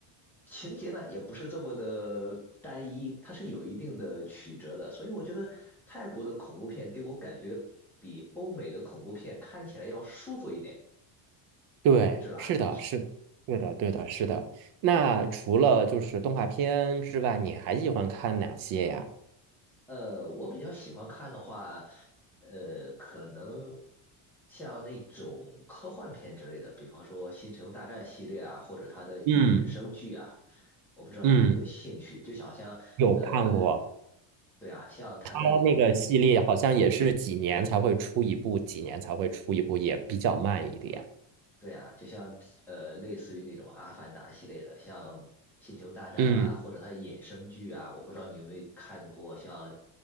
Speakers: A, in the centre; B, on the right.
A: 情节呢，也不是这么的单一，它是有一定的曲折的。所以我觉得泰国的恐怖片给我感觉比欧美的恐怖片看起来要舒服一点，
B: 对，
A: 是吧？
B: 是的，是的对的，对的，是的。那除了就是动画片之外，你还喜欢看哪些呀？
A: 呃，我比较喜欢看的话，呃，可能像那种科幻片之类的，比方说《星球大战》系列啊，或者它的衍生剧啊，
B: 嗯
A: 我不知道你有没有兴趣。
B: 嗯，
A: 就想像呃，
B: 有看过。
A: 对啊，像它的那个
B: 它那个系列好像也是几年才会出一部，几年才会出一部，也比较慢一点。
A: 对啊，就像呃，类似于那种《阿凡达》系列的，像《星球大战》啦，
B: 嗯
A: 或者它的衍生剧啊，我不知道你有没有看过，像